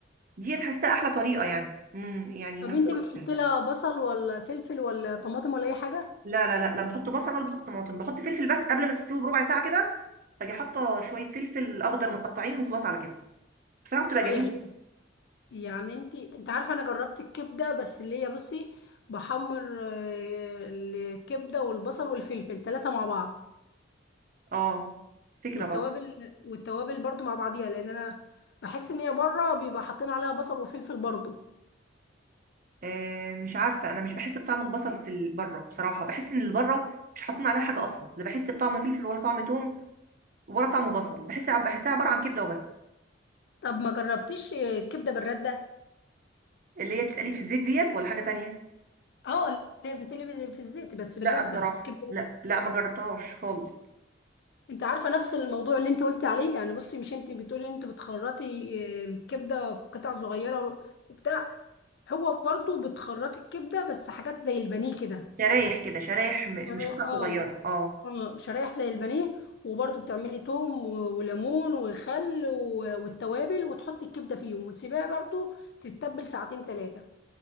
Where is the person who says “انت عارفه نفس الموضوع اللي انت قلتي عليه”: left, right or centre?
Left